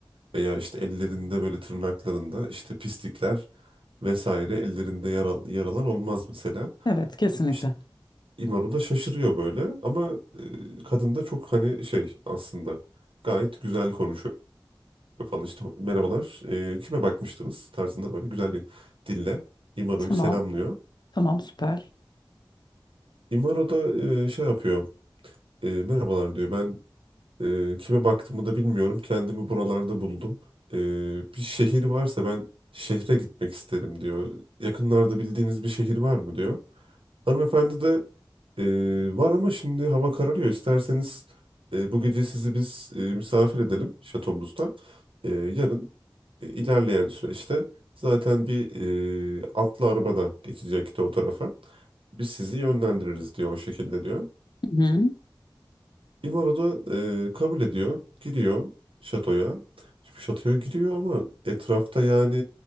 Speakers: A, on the right; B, on the left.
A: Veya işte ellerinde böyle tırnaklarında işte pislikler vesaire ellerinde yara- yaralar olmaz mesela.
B: Evet, kesinlikle.
A: İşte İmaro da şaşırıyor böyle ama e, kadın da çok hani şey aslında gayet güzel konuşuyor falan işte merhabalar e, kime bakmıştınız tarzında böyle güzel bir dille İmaro'yu
B: Tamam,
A: selamlıyor.
B: tamam, süper.
A: İmaro da e, şey yapıyor e, merhabalar diyor ben e, kime baktığımı da bilmiyorum kendimi buralarda buldum. E, bir şehir varsa ben şehre gitmek isterim diyor yakınlarda bildiğiniz bir şehir var mı diyor. Hanımefendi de Ee, var ama şimdi hava kararıyor. İsterseniz e, bu gece sizi biz e, misafir edelim şatomuzda. Ee, yarın e, ilerleyen süreçte zaten bir e, atlı arabada geçecekti o tarafa. Biz sizi yönlendiririz diyor o şekilde diyor.
B: Hı hı.
A: İmaro da e, kabul ediyor. Giriyor şatoya. Şimdi şatoya giriyor ama etrafta yani